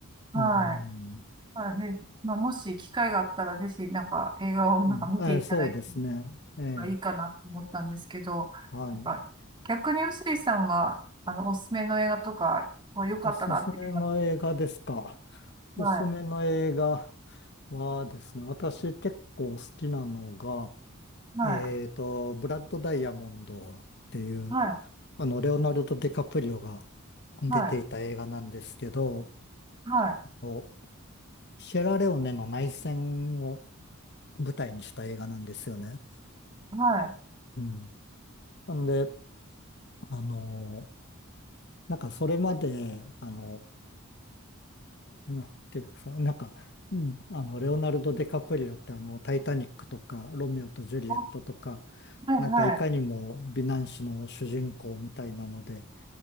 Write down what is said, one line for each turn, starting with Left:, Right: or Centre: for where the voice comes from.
Right: はい
Left: うん。
Right: はいでまあもし機会があったらぜひなんか映画をなんか見ていただいた
Left: うん。えーそうですね。ええ
Right: 方がいいかなと思ったんですけど
Left: はい。
Right: なんか逆に臼井さんがあのおすすめの映画とかこう良かったなっていうか
Left: おすすめの映画ですか。おすすめの映画
Right: は
Left: はですね、私結構好きなのが、
Right: いはい
Left: えっと、ブラッド・ダイヤモンドっていう、
Right: はい
Left: あの、レオナルド・ディカプリオが出ていた映画なんですけど、
Right: はいはい
Left: おシェラレオネの内戦を舞台にした映画なんですよね。
Right: はい
Left: うん。なんで、あの、なんかそれまで、あの、なていうかさ、なんか、うん、あの、レオナルド・ディカプリオってあの、タイタニックとか、ロミオとジュリエットとか、
Right: はいはい
Left: なんかいかにも美男子の主人公みたいなので、